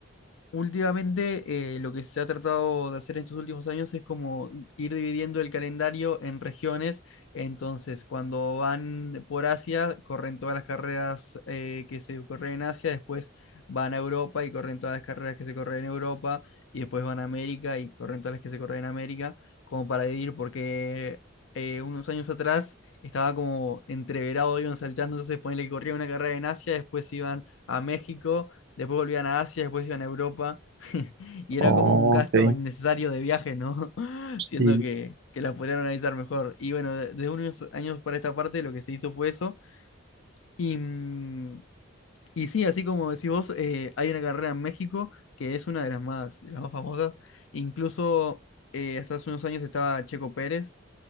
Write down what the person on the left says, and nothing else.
Últimamente, eh, lo que se ha tratado de hacer en estos últimos años es como ir dividiendo el calendario en regiones. Entonces, cuando van por Asia, corren todas las carreras eh, que se corren en Asia, después van a Europa y corren todas las carreras que se corren en Europa, y después van a América y corren todas las que se corren en América, como para dividir, porque eh, unos años atrás estaba como entreverado, iban saltando, entonces ponele que corría una carrera en Asia, después iban a México después volvían a Asia, después iban a Europa, <laughs> y era
como un gasto
innecesario de viaje, ¿no? <laughs> Siendo
que, que las podrían organizar mejor. Y bueno, de- desde unos años para esta parte lo que se hizo fue eso. Y, mm, y sí, así como decís vos, eh, hay una carrera en México que es una de las más, de las más famosas. Incluso eh, hasta hace unos años estaba Checo Pérez,